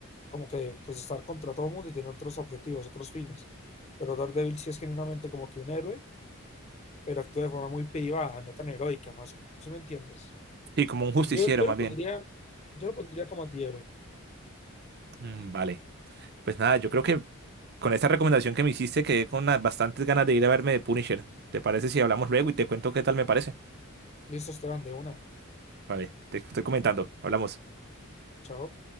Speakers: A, on the left; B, on the right.
A: como que pues estar contra todo mundo y tener otros objetivos, otros fines, pero Daredevil sí es genuinamente como que un héroe, pero actúa de forma muy privada, no tan heroica, más, si me entiendes?
B: Sí, como un justiciero
A: Yo, yo
B: más
A: lo
B: bien.
A: pondría, yo lo pondría como antihéroe.
B: Mm, vale, pues nada, yo creo que con esta recomendación que me hiciste quedé con unas bastantes ganas de ir a verme de Punisher. ¿Te parece si hablamos luego y te cuento qué tal me parece?
A: Listo, Esteban, de una.
B: Vale, te estoy comentando, hablamos.
A: Chao.